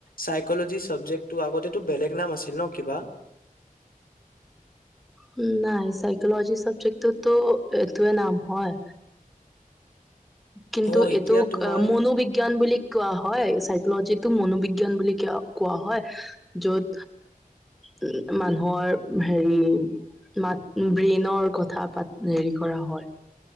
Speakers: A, on the left (about 75°); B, in the centre.
A: চাইকলজি চাবজেক্টটো আগতেটো বেলেগ নাম আছিল ন, কিবা?
B: উম', নাই চাইকলজি চাব্জেক্টটো এইটোয়ে নাম হয়। কিন্তু
A: অ এতিয়া
B: এইটোক
A: তোমাৰ
B: মনোবিজ্ঞান বুলি কোৱা হয়, চাইকলজি টো মনোবিজ্ঞান বুলি কোৱা হয়। য'ত উম্, মানুহৰ হেৰি মাত-ব্ৰেইনৰ কথা পাত হেৰি কৰা হয়।